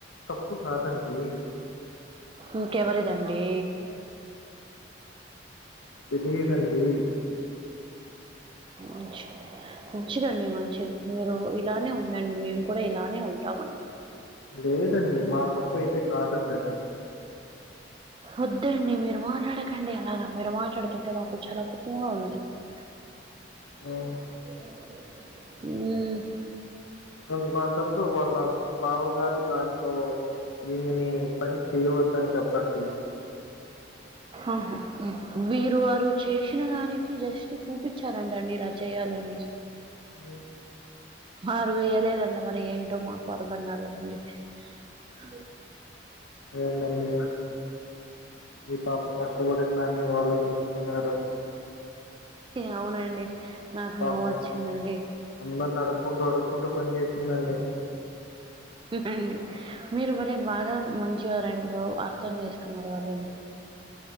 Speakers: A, on the left; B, on the right.
A: తప్పు కాదండి
B: ఇంకెవరిదండి
A: తెలియదండి
B: ఉంచి మంచిదండి మంచిది మీరు ఇలానే ఉండండి మేం కూడా ఇలానే ఉంటామండి
A: లేదండి మా తప్పు అయితే కాదండి అది
B: వద్దండి మీరు మాట్లాడకండి అలాగా మీరు మాట్లాడుతుంటే మాకు చాలా కోపంగా ఉన్నది ఉమ్
A: హ్మ్. అలాంటప్పుడు వాళ్ళ బావగారు దాంట్లో ఇమిని పని చేయవద్దని చెప్పండి అ
B: ఆహ వీరు వారు చేసిన దానికి జస్ట్ చూపించారంట అండి ఇలా చేయాలని
A: ఉం
B: హరు వేయలేదండి మరి ఏంటో మాకు అర్థం కాలేదండి అ
A: <unintelligible> అడి ఈ పాప కష్టపడిన దాన్ని వాళ్ళు దోచుకున్నారు
B: అవునండి నాకు
A: పాపం
B: నవ్వు వచ్చిందండి
A: అందరిని అడుక్కుంటూ అడుక్కుంటూ పనిచేసిందండి
B: అండి మీరు మళ్ళ బాగా మంచివారండి బాబు అర్థం చేసుకున్నారు వాళ్ళని